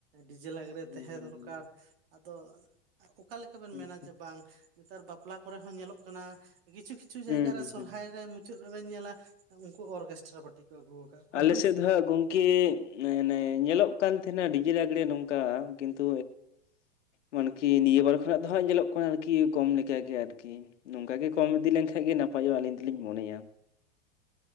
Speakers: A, on the right; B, on the left.
A: ᱰᱤᱡᱮ ᱞᱟᱜᱽᱲᱮ
B: ᱦᱩᱸ
A: ᱛᱟᱦᱮᱸ
B: ᱦᱩᱸ
A: ᱫᱚᱨᱠᱟᱨ ᱟᱫᱚ ᱚᱠᱟ ᱞᱮᱠᱟ ᱵᱮᱱ ᱢᱮᱱᱟ
B: ᱟᱪᱪᱷᱟ
A: ᱡᱮ ᱱᱮᱛᱟᱨ ᱵᱟᱯᱞᱟ ᱠᱚᱨᱮ ᱦᱚᱸ ᱧᱮᱞᱚᱜ ᱠᱟᱱᱟ ᱾ ᱠᱤᱪᱷᱩ ᱠᱤᱪᱷᱩ ᱡᱟᱭᱜᱟ
B: ᱦᱩᱸ
A: ᱨᱮ
B: ᱦᱩᱸ
A: ᱥᱚᱨᱦᱟᱭ
B: ᱦᱩᱸ
A: ᱨᱮ, ᱢᱩᱪᱟᱹᱫ ᱨᱮᱵᱮᱱ ᱧᱮᱞᱟ ᱩᱱᱠᱩ ᱚᱨᱜᱮᱥᱴᱨᱟ ᱯᱟᱴᱤ ᱠᱚ ᱟᱹᱜᱩ ᱟᱠᱟᱫ ᱠᱚᱣᱟ
B: ᱟᱞᱮ
A: ᱦᱳᱭ
B: ᱥᱮᱫ
A: ᱥᱮ
B: ᱫᱚ ᱦᱟᱸᱜ ᱜᱚᱝᱠᱮ ᱤᱭᱟᱹ ᱚᱱᱮ ᱧᱮᱞᱚᱜ ᱠᱟᱱ ᱛᱟᱦᱮᱱᱟ ᱰᱤᱡᱮ ᱞᱟᱸᱜᱽᱲᱮ ᱱᱚᱝᱠᱟ, ᱠᱤᱱᱛᱩ ᱢᱟᱱᱠᱤ ᱱᱤᱭᱟᱹ ᱵᱟᱨ ᱠᱷᱚᱱᱟᱜ ᱫᱚ ᱦᱟᱸᱜ ᱧᱮᱞᱚᱜ ᱠᱟᱱᱟ ᱟᱨᱠᱤ ᱠᱚᱢ ᱞᱮᱠ ᱜᱮ ᱟᱨᱠᱤ ᱾ ᱱᱚᱝᱠᱟ ᱜᱮ ᱠᱚᱢ ᱤᱫᱤ ᱞᱮᱱᱠᱷᱟᱡ ᱜᱮ ᱱᱟᱯᱟᱭᱚᱜᱼᱟ ᱟᱹᱞᱤᱧ ᱫᱚᱞᱤᱧ ᱢᱚᱱᱮᱭᱟ ᱾